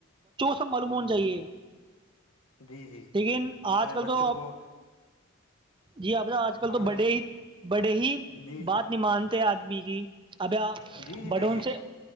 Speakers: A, on the right; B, on the left.
A: ملومون چاہیے
B: جی جی
A: لیکن
B: اپنے
A: آج کل
B: بچوں
A: تو آپ
B: کو
A: جی آپ آج کل تو
B: اپنے
A: بڑے ہی بڑے ہی
B: جی جی
A: بات نہیں مانتے آدمی کی اب آپ
B: جی
A: بڑوں
B: دیکھیے
A: سے